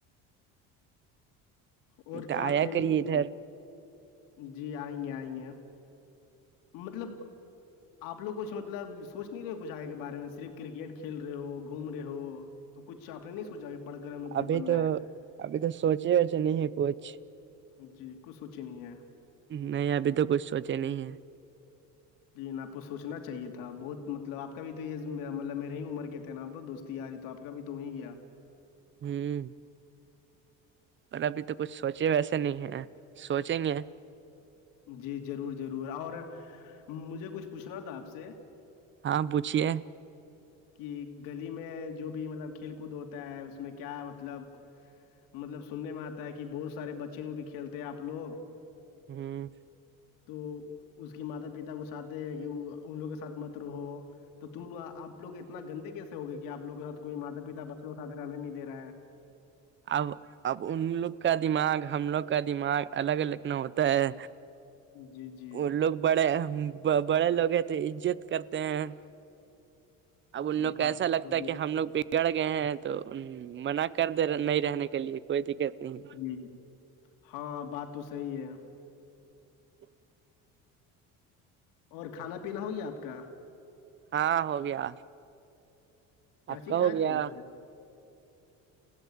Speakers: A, on the left (about 80°); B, on the right (about 35°).
A: اور
B: تو
A: کیا
B: آیا
A: پلاننگ
B: کریے ادھر
A: جی آئیں گے آئیں گے مطلب آپ لوگ کچھ مطلب سوچ نہیں رہے ہو کچھ آگے کے بارے میں صرف کرکٹ کھیل رہے ہو گھوم رہے ہو تو کچھ آپ نے نہیں سوچا کہ پڑھ کر ہمیں کچھ
B: ابھی
A: بننا
B: تو
A: ہے
B: ابھی تو سوچے وچے نہیں ہے کچھ
A: جی کچھ سوچی نہیں ہے
B: نہیں ابھی تو کچھ سوچے نہیں ہے
A: جی آپ کو سوچنا چاہیے تھا بہت مطلب آپ کا بھی تو یہی مطلب میرے ہی عمر کے تھے نا آپ دوست یاری تو آپ کا بھی تو ہی گیا
B: ہی <unintelligible> پر ابھی تو کچھ سوچے ویسے نہیں ہے سوچیں گے
A: جی ضرور ضرور اور مجھے کچھ پوچھنا تھا آپ سے
B: ہاں پوچھیے
A: <inaudible> کہ گلی میں جو بھی مطلب کھیل کود ہوتا ہے اس میں کیا مطلب مطلب سننے میں آتا ہے کہ بہت سارے بچے وہ بھی کھیلتے ہیں آپ لوگ
B: ہوں
A: تو اس کی ماتا پتا کو چاہتے ہیں کہ ان لوگ کے ساتھ مت رہو تو تم آپ لوگ اتنا گندے کیسے ہو گے کہ آپ لوگ کے سات کوئی ماتا پیتا بچوں سات رہنے نہیں دے رہے ہیں
B: اب اب ان لوگ کا دماغ ہم لوگ کا دماغ الگ لگنا ہوتا ہے
A: جی جی
B: وہ لوگ بڑے بڑے لوگ ہیں تو عزت کرتے ہیں اب ان
A: جی
B: لوگ کو
A: بات
B: ایسا
A: تو
B: لگتا
A: صحیح
B: ہے کہ ہم لوگ بگڑ گئے ہیں تو منع کر د نہیں رہنے کے لیے کوئی دقت نہیں
A: جی ہاں بات تو صحیح ہے
B: <inaudible>
A: اور کھانا پینا ہوگیا آپ کا
B: ہاں ہو گیا
A: کیا
B: آپ
A: چیز
B: کا
A: کھائے
B: ہو گیا
A: تھے ویسے